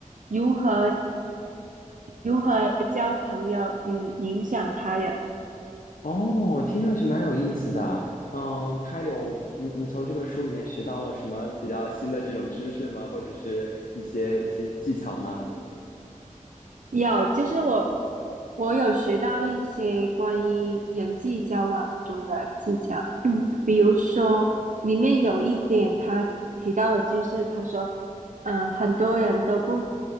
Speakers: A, on the right; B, on the left.
A: 如何如何交朋友与影响他人，
B: 哦，听上去蛮有意思的。嗯，它有你，你从这本书里面学到了什么比较新的这种知识吗？或者是一些一些技巧吗？
A: 有，就是我。我有学到一些关于人际交往中的技巧，嗯，比如说里面有一点他提到的，就是他说，嗯，很多人都不